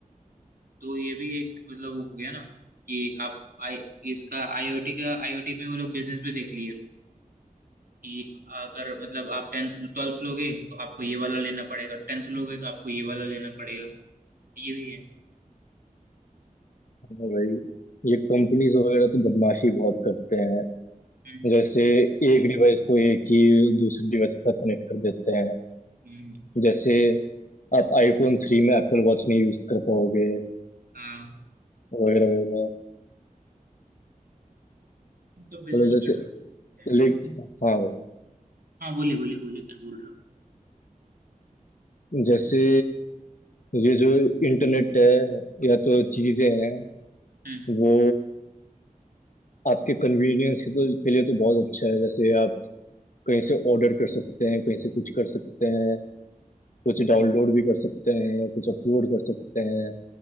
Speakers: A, on the right; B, on the left.
A: तो ये भी एक मतलब वो हो गया ना कि आप आई इसका आईओटी का आईओटी में वो लोग बिजनेस भी देख लिए कि अगर मतलब आप टेंथ ट्वेल्थ लोगे तो आपको ये वाला लेना पड़ेगा टेंथ लोगे तो आपको ये वाला लेना पड़ेगा ये भी है
B: हाँ भाई ये कंपनीज वगैरह तो बदमाशी बहुत करते हैं
A: हम्म
B: जैसे एक डिवाइस को एक ही दूसरे डिवाइस के साथ कनेक्ट कर देते हैं
A: हम्म
B: जैसे आप आईफोन थ्री में एप्पल वॉच नहीं यूज कर पाओगे
A: हाँ
B: वगैरह वगैरह
A: तो बिजनेस
B: मतलब जैसे
A: कर सकते हैं।
B: लेक हाँ भाई
A: हाँ बोलिए बोलिए बोलिए क्या बोल रहे हो
B: जैसे ये जो इंटरनेट है या तो चीजें हैं
A: हम्म
B: वो आपके कन्वीनियंस तो, के लिए तो बहुत अच्छा है जैसे आप कहीं से ऑर्डर कर सकते हैं कहीं से कुछ कर सकते हैं कुछ
A: हम्म
B: डाउनलोड भी कर सकते हैं कुछ अपलोड कर सकते हैं